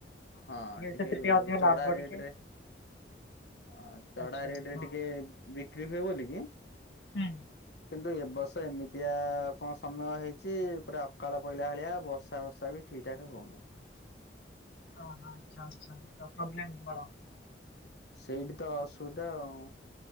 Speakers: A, on the left; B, on the left.
A: ହଁ ଟିକେ
B: ସେଥିରେ ଅଧିକ
A: ଚଡା
B: ଲାଭ
A: ରେଟରେ
B: ଟିକେ
A: ହ ଚଢା
B: ଆଚ୍ଛା
A: ରେଟରେ
B: ହଁ
A: ଟିକେ ବିକ୍ରି ହୁଏ ବୋଲି କି
B: ହୁଁ।
A: କିନ୍ତୁ ଏବ୍ ଏ ବର୍ଷ ଏମିତିଆ କଣ ସମୟ ହେଇଛି ପୁରା ଅକାଳ ପହିଲା ଭଳିଆ ବର୍ଷା ବର୍ଷା ର୍ଷା ବି ଠିକଠାକ ହୋଉନାହି।
B: ହଁ ହ ଆଚ୍ଛା ଆଚ୍ଛା ପ୍ରୋବ୍ଲେମ୍ ବଡ଼।
A: ସେଇଠି ତ ଅସୁବିଧା ଆଉ।